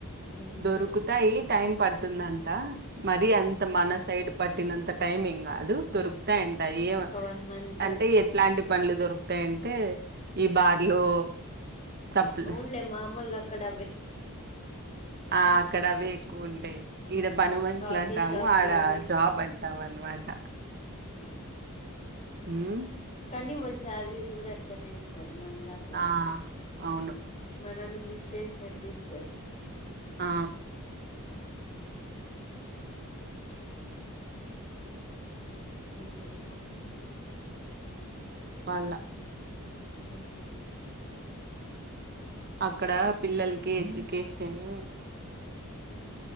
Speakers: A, on the left; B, on the right.
A: ఉమ్
B: దొరుకుతాయి టైం పడుతు తుందంట. మరి అంత
A: ఉమ్
B: మన సైడ్ పట్టినంత. టైమింగ్ గాదు దొర్ యంట ఏం
A: ఒక వన్ మంత్
B: అంటే ఎట్లాంటి, పండ్లు దొరుకుతాయంటే ఈ బార్లో చప్పులు
A: అవునులే మామూలుగా ఇక్కడ
B: ఆ అక్కడ అవి ఎక్కువ ఉంటాయి ఈడ పని మనుషులు
A: కాఫీ
B: అంటాము
A: షాపులు
B: ఆడ జాబ్ అంటాం అనమాట.
A: ఆ
B: ఉమ్
A: కనీ వల్ శాలరీస్ కూడా అట్లనే ఇస్తారు. మనల కాదు.
B: ఆ అవును
A: మనోళ్లు ముష్టి స్టేషనర్ తీస్తారు.
B: ఆ
A: అ <inaudible> ఇంకేంది పా
B: వాళ్ల
A: ఎం
B: అక్కడ పిల్లలకి ఎడ్యుకేషను.
A: అ